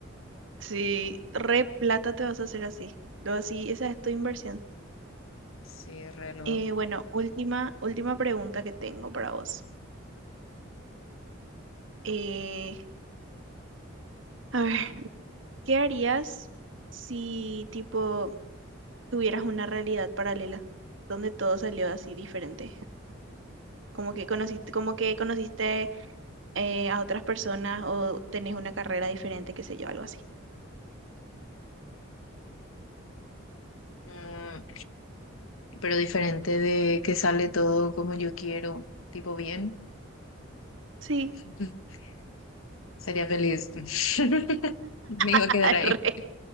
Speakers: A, on the right (about 65°); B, on the left (about 80°).
A: Sí, re plata te vas a hacer así. Lo así, esa es tu inversión.
B: Sí, reloj.
A: Eh, bueno, última, última pregunta que tengo para vos. Eh, a ver, <laughs> ¿qué harías si tipo tuvieras una realidad paralela donde todo salió así diferente? Como que conociste, como que conociste eh, a otras personas o tenés una carrera diferente, qué sé yo, algo así.
B: Mm, pero diferente de que sale todo como yo quiero, tipo bien,
A: Sí,
B: <laughs> sería feliz. <laughs> Me
A: <laughs>
B: iba a quedar
A: arre.
B: ahí,